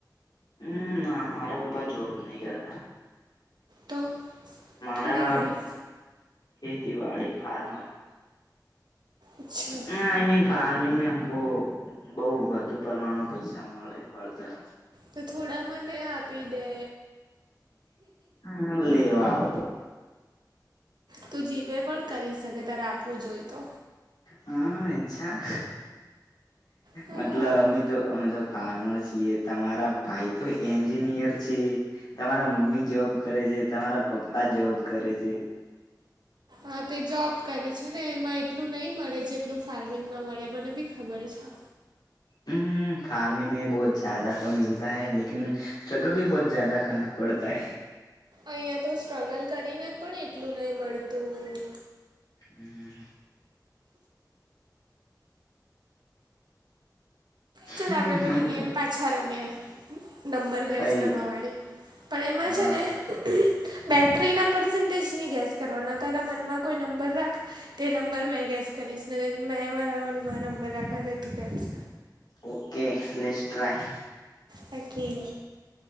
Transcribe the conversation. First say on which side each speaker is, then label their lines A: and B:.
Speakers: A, on the left (about 75°); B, on the right (about 75°).
A: હમ ના મારા પપ્પા જોબ નહી કરતા.
B: તો
A: મારા
B: ખેતીવાડી
A: ખેતીવાડી ફાર્મર
B: અચ્છા
A: હમઈમીન ફાર્મિંગમાં અમક બઉ વધુ પ્રમાણમાં પૈસા મળે વળતર
B: તો થોડા મને આપી દે
A: હ લવા આવ
B: તું જીપે પણ કરી શકે ત્યારે આપવું જોઈ તો
A: હા ચ્છા
B: હા
A: મતલબ અમે તો અમે તો ફાર્મર છીએ તમારા ભાઈ તો એન્જિનિયર છે તમારા મમ્મી જોબ કરે છે તમારા પપ્પા જોબ કરે છે
B: હા તે જોબ કરે છે ને એમાં એટલું નહી મળે જેટલું ફાર્મિંગમાં મળે મને બી ખબર છે
A: હ ફાર્મિંગ મે બહુ જ્યાદા તો મીતા હૈ લકિન સ્ટ્રગલ ભી બહુ જ્યાદા કરના પડતા હ
B: અહિયાં તો સ્ટ્રગલ કરી ને પણ એટલું નહી મળતું
A: હમ
B: ચાલ
A: હમ
B: આપડે પેલી ગેમ પાછા રમીએ નંબર
A: કઈ
B: ગેસ કરવાવાળી પણ એમાં
A: હા
B: છે ને બેટરીના પર્સન્ટેજની ગેસ કરવાના તારા મનમાં કોઈ નંબર રાખ તે નંબર મેં ગેસ કરીશ ને મેં મારા મનમાં નંબર રાખાતો તું કેમ છે
A: ઓકે લેસ ટ્રાય
B: પકી